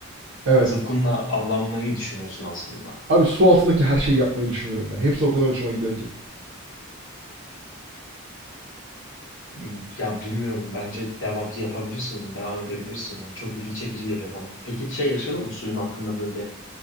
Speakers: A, on the right; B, on the left.
A: Evet.
B: ya zıpkınla avlanmayı düşünüyorsun aslında.
A: Abi su altındaki her şeyi yapmayı düşünüyorum ya. Hepsi o kadar hoşuma gidiyor ki.
B: Hmm, Ya bilmiyorum bence devam yapabilirsin bunu, devam edebilirsin ya. Çok ilgi çekici geliyor bana. Peki şey yaşadın mı suyun altında böyle